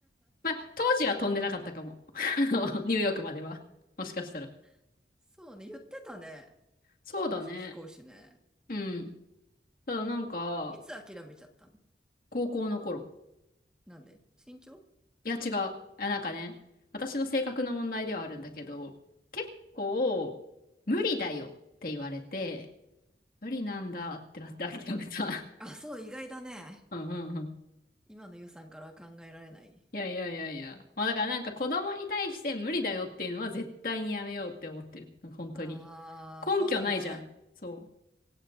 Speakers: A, on the left; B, in the centre.
A: まあ、当時は飛んでなかったかも。<laughs> あのニューヨークまでは。もしかしたら。
B: <laughs> そうね、言ってたね。
A: そうだね。
B: ひ宇宙飛行士ね。
A: うん。ただなんか、
B: いつ諦めちゃったの
A: 高校の頃。
B: なんで身長
A: いや、違う。あなんかね、私の性格の問題ではあるんだけど、結構、無理だよって言われて、無理なんだってなって諦めた。<laughs>
B: あ、そう、意外だね。
A: うんうんうん。
B: 今のゆうさんからは考えられない。
A: いやいやいやいや。まあだからなんか子供に対して無理だよっていうのは絶対にやめようって思ってる。なんか本当に。
B: ああ、
A: 根拠ないじゃん。
B: そうだね。
A: そう。